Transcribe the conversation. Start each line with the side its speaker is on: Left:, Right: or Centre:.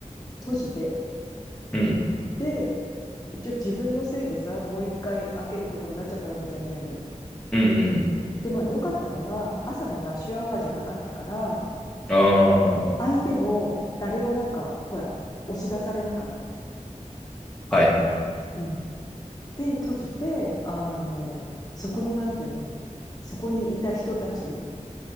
Left: 閉じて、
Centre: うん、
Left: で、一応自分のせいでさ、もう一回開けることになっちゃったわけじゃん、全部。
Centre: うん、うん。
Left: で、まあ良かったのは、朝のラッシュアワーじゃなかったから、
Centre: ああ、は
Left: 相手も誰もなんか、ほら、押し出されなかった。
Centre: いは
Left: うん。で、閉じて、あの、そこのなんていうのそこにいた人たち、